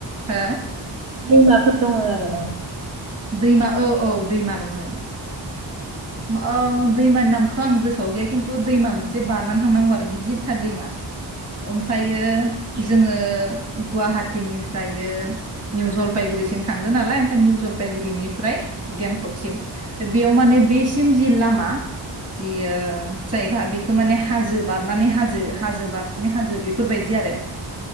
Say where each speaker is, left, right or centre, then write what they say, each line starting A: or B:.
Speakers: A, on the right; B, on the right.
A: हो
B: दैमाफोर दङ आरो ना!
A: दैमा औ औ दैमा दङो। मा अ दैमानि नामख खौ आं गोसोआव गैया खिन्थु दैमा मोनसे बारनानै थांनांगौ आरो गिदिरथार दैमा। ओमफायो जोङो गुवाहाटिनिफ्रायो निउ जलफायगुरिसिम थांदों नालाय ओमफाय निउ जलफायगुरिनिफ्राय गेंटकसिम बेयाव माने बेस सिम जि लामा जि ओ जायगा बेखौ माने हाजो बारनानै हाजो हाजो बारनानै हाजो बेफोर बायदि आरो।